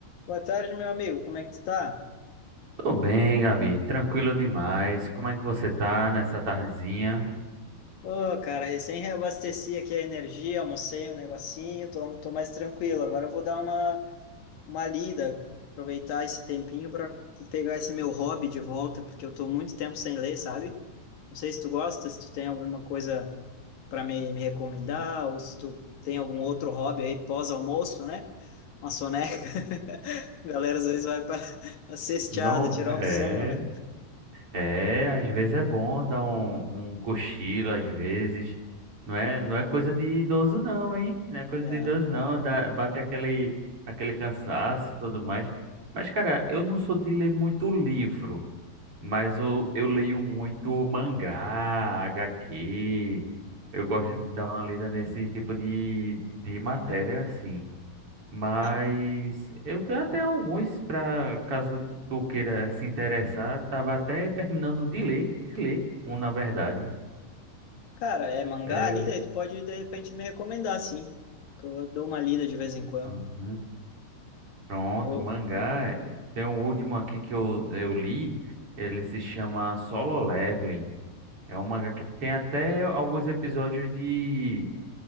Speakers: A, on the left (about 65°); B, on the right (about 35°).
A: Boa tarde, meu amigo. Como é que tu tá?
B: Tô bem, Gabi. Tranquilo demais. Como é que você tá nessa tardezinha?
A: Ô, cara, recém reabasteci aqui a energia, almocei um negocinho, tô, tô mais tranquilo. Agora eu vou dar uma, uma lida, aproveitar esse tempinho para pegar esse meu hobby de volta, porque eu tô muito tempo sem ler, sabe? Não sei se tu gosta, se tu tem alguma coisa para me, me recomendar, ou se tu tem algum outro hobby aí pós-almoço, né? Uma soneca. <laughs> A galera às vezes vai para <laughs> pra cesteada,
B: Não,
A: tirar
B: é,
A: um sono, né?
B: é, às vezes é bom dar um, um cochilo, às vezes. Não é, não é coisa de idoso não, hein? Não é coisa
A: Não,
B: de idoso não,
A: não.
B: dá, bate aquele, aquele cansaço e tudo mais. Mas, cara, eu não sou de ler muito livro, mas eu, eu leio muito mangá, HQ. Eu
A: Uhum.
B: gosto de dar uma lida nesse tipo de, de matéria, assim. Mas
A: Ah,
B: eu tenho até alguns para caso tu tu queira se interessar. Tava até terminando de ler, um na verdade.
A: Cara, é mangá
B: É,
A: ali, daí tu pode de repente me recomendar, sim. Que eu dou uma lida de vez em quando.
B: aham, pronto,
A: Eu.
B: mangá. Tem um último aqui que eu, eu li. Ele se chama Solo Leveling. É um mangá que tem até alguns episódios de